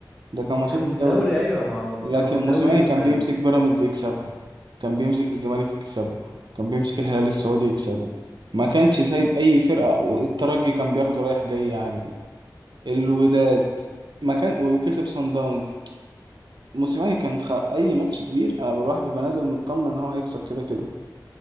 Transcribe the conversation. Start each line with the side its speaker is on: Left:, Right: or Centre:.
Right: ده كان ماتشات
Centre: كان في
Right: الدوري
Centre: الدوري ايوه ما هو كان
Right: لكن
Centre: في الدوري
Right: موسيماني
Centre: وكان
Right: كان بيمسك بيراميدز يكسبها كان بيمسك الزمالك يكسبه كان بيمسك الهلال السعودي يكسبه ما كانش سايب اي فرقة والترجي كان بياخده رايح جاي عادي الوداد ما كان وكسب سان داونز موسيماني كان خ... اي ماتش كبير انا بروح بيبقى نازل مطمن ان هو هيكسب كده كده